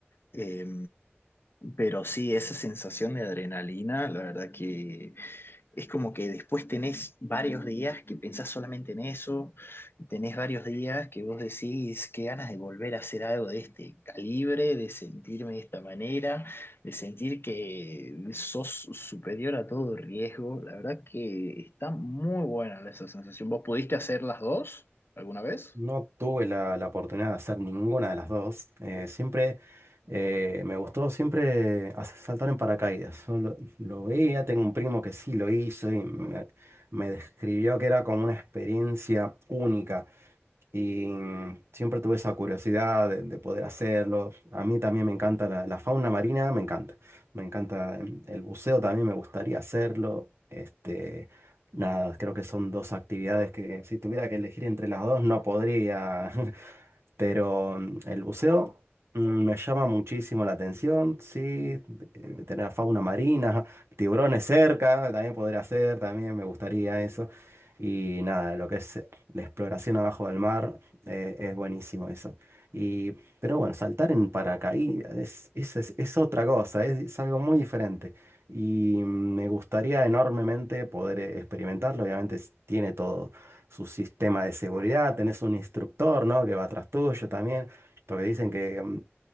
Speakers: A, on the left; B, on the right.
A: Eh, pero sí, esa sensación de adrenalina, la verdad que es como que después tenés varios días que pensás solamente en eso, tenés varios días que vos decís qué ganas de volver a hacer algo de este calibre, de sentirme de esta manera, de sentir que sos superior a todo riesgo. La verdad que está muy buena esa sensación. ¿Vos pudiste hacer las dos alguna vez?
B: No tuve la, la oportunidad de hacer ninguna de las dos. Eh, siempre eh, me gustó siempre hacer- saltar en paracaídas. Solo lo lo veía, tengo un primo que sí lo hizo y me, me describió que era como una experiencia única. Y mm, siempre tuve esa curiosidad de, de poder hacerlo. A mí también me encanta la, la fauna marina, me encanta. Me encanta em, el buceo, también me gustaría hacerlo. Este, nada, creo que son dos actividades que si tuviera que elegir entre las dos no podría. <laughs> Pero mm, el buceo mm, me llama muchísimo la atención, sí, de de tener a fauna marina, <laughs> tiburones cerca, también podría hacer, también me gustaría eso. Y nada, lo que es la exploración abajo del mar, eh, es buenísimo eso. Y, pero bueno, saltar en paracaídas es, es, es- es otra cosa, es, es algo muy diferente. Y mm, me gustaría enormemente poder eh, experimentarlo, obviamente s- tiene todo su sistema de seguridad, tenés un instructor, ¿no? Que va atrás tuyo también, porque dicen que mm,